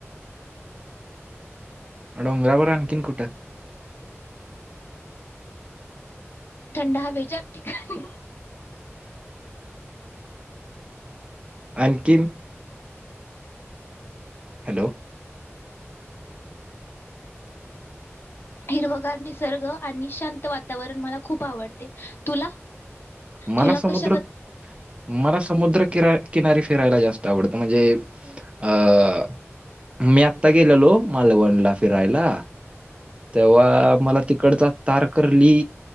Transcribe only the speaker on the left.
थंड हवेच्या ठिकाणी.
हिरवगार निसर्ग आणि शांत वातावरण मला खूप आवडते, तुला?
तुला
कशावर